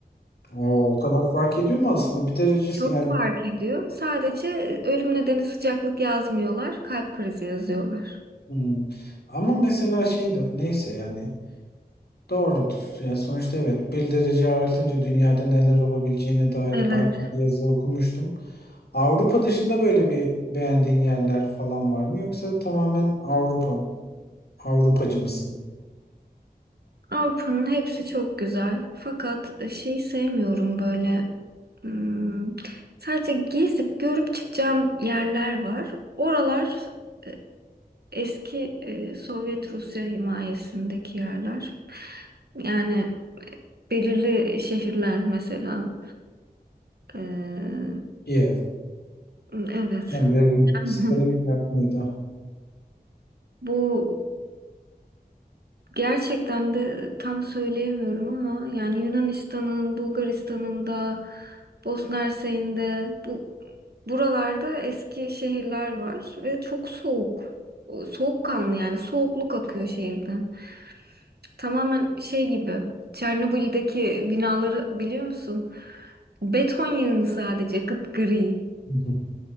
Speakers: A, on the left; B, on the right.
A: O, o kadar fark ediyor mu aslında? Bir derecesi
B: Çok
A: yani
B: fark ediyor. Sadece e, ölüm nedeni sıcaklık yazmıyorlar, kalp krizi yazıyorlar.
A: hmm. Ama mesela şey de neyse yani doğrudur. Yani sonuçta evet bir derece artınca dünyada neler olabileceğine dair
B: Evet.
A: bayağı bir yazı okumuştum. Avrupa dışında böyle bir beğendiğin yerler falan var mı? Yoksa tamamen Avrupa Avrupacı mısın?
B: Avrupa'nın hepsi çok güzel. Fakat e, şeyi sevmiyorum böyle. hmm, sadece gezip görüp çıkacağım yerler var. Oralar e, eski e, Sovyet Rusya himayesindeki yerler. Yani belirli şehirler mesela. Ee,
A: Kiev.
B: evet.
A: Ben Lenin-
B: <laughs>
A: Stalingrad mıydı?
B: Bu Gerçekten de tam söyleyemiyorum ama yani Yunanistan'ın, Bulgaristan'ın da, Bosna Hersek'in de bu buralarda eski şehirler var ve çok soğuk. O, Soğukkanlı yani soğukluk akıyor şehirden. Tamamen şey gibi Çernobil'deki binaları biliyor musun? Beton yığını sadece gri,
A: Hı hı.